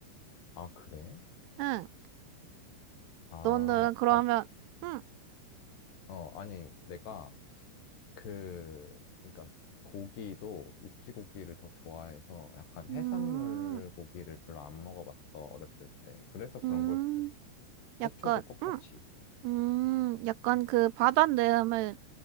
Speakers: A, on the left; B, on the right.
A: 아, 그래?
B: 응.
A: 아,
B: 너는 그러면,
A: 아,
B: 응,
A: 어, 아니, 내가 그, 그러니까 고기도 육지 고기를 더 좋아해서 약간 해산물
B: 음,
A: 고기를 별로 안 먹어봤어, 어렸을 때. 그래서
B: 음,
A: 그런 걸 수도 있어.
B: 약간,
A: 해초도 똑같이.
B: 응, 음, 약간 그 바다 내음을